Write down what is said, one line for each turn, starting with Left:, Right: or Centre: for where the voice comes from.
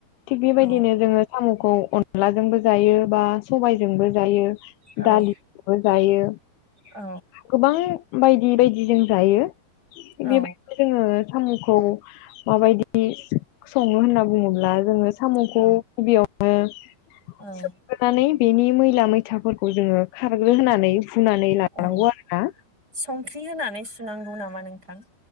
Left: थिग बेबायदिनो
Right: औ
Left: जोङो साम'खौ अनलाजोंबो जायो बा सबायजोंबो जायो।
Right: औ
Left: दालिबो जायो
Right: औ
Left: गोबां। बायदि बायदि जों जायो बेबायदिनो
Right: औ
Left: जोङो। साम'खौ माबायदि सङो होनना बुङोब्ला जोङो साम'खौ
Right: औ
Left: गिबियाव
Right: औ
Left: सोमनानै बेनि मैला मैथाफोरखौ जोङो खारग्रो होनोनानै सनानानैला
Right: औ
Left: आरो ना।
Right: संख्रि होनानै सुनांगौ नामा नोंथां